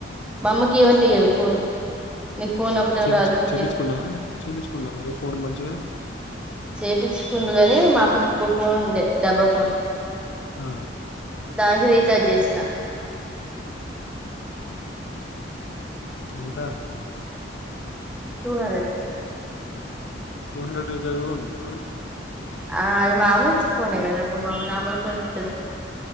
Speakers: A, in the centre; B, on the left (about 60°).
A: మామ్మకి ఇయ్యమంటే ఇయ్యడు ఫోను నీకు ఫోన్ ఒకటేం
B: చేపు
A: రాదు నీకెందుకు
B: చేపించుకున్నా చేపించుకుంటావ మరి ఫోన్ మంచిగా
A: చేపచ్చుకుండుగాని మా అమ్మ కు ఫోన్ ఉండే డబ్బా ఫోన్
B: ఆ
A: దానికి రీఛార్జ్ చేసిన
B: ఎంత
A: టూ హాడడు
B: టూ హండ్రెడ్ రీఛార్జ్ కూడా ఉందా
A: ఆ అది మామలు ఫోన్ కడ అ మామలు మామలు ఫోన్ కట్టదు